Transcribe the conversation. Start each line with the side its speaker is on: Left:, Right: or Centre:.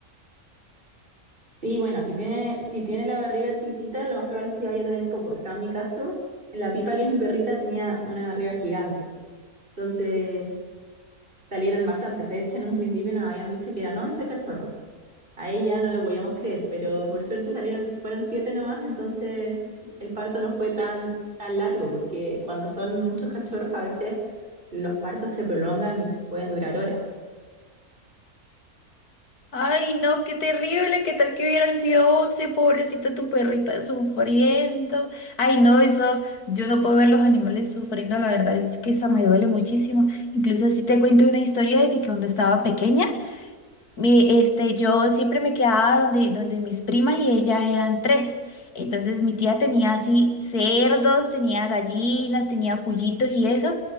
Right: Sí, bueno, si tiene, si tiene la barriga chiquitita, lo más probable es que vaya a tener pocos. Acá en mi caso, la Pipa, que es mi perrita, tenía una barriga gigante. Entonces salieron bastantes. De hecho, en un principio nos habían dicho que eran 11 cachorros. Ahí ya no lo podíamos creer, pero por suerte salieron, fueron 7 nomás, entonces el parto no fue tan, tan largo, porque cuando son muchos cachorros a veces los partos se prolongan y pueden durar horas.
Left: Ay, no, qué terrible, qué tal que hubieran sido 11 pobrecita tu perrita sufriendo. Ay, no, eso, yo no puedo ver los animales sufriendo, la verdad es que esa me duele muchísimo. Incluso si te cuento una historia de que cuando estaba pequeña, me este, yo siempre me quedaba donde, donde mis primas y ellas eran tres. Entonces mi tía tenía así cerdos, tenía gallinas, tenía cuyitos y eso.